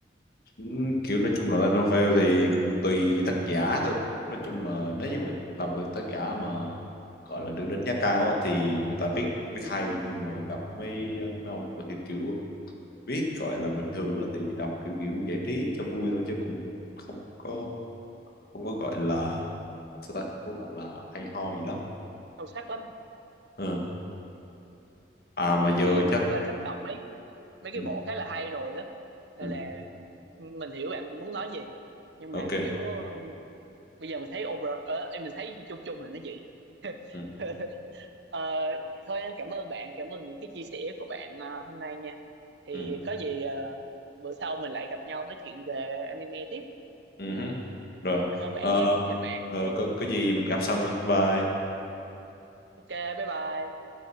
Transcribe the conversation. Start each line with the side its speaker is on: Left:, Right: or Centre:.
Left: Ừ, Kiểu nói chung là light novel thì cũng tùy tác giả thôi. Nói chung là nếu như mà đọc được tác giả mà gọi là được đánh giá cao á, thì người ta viết viết hay nhưng mà gặp mấy mấy ông mà kiểu, kiểu viết gọi là bình thường á, thì đọc kiểu kiểu giải trí cho vui thôi chứ cũng không có không có gọi là sao ta không có gọi là hay ho gì lắm
Right: sâu sắc lắm
Left: ừ. à mà giờ
Right: thì mình
Left: chắc
Right: cũng đã từng đọc mấy mấy
Left: ừ,
Right: cái bộ khá là hay rồi á nên
Left: ừ,
Right: là mình hiểu bạn muốn nói gì nhưng
Left: ok
Right: mà kiểu ờ, bây giờ mình thấy over ờ, mình thấy chung chung là nó vậy
Left: ừ,
Right: <laughs> Ờ, thôi cảm ơn bạn cảm ơn những cái chia sẻ của bạn ờ, hôm nay nha thì
Left: ừ,
Right: có gì ờ, bữa sau mình lại gặp nhau nói chuyện về anime tiếp
Left: ừ, hứ. rồi
Right: cảm ơn bạn
Left: Ờ,
Right: nha chào bạn
Left: rồi có, có gì mình gặp sau nha bye bye
Right: ok bye bye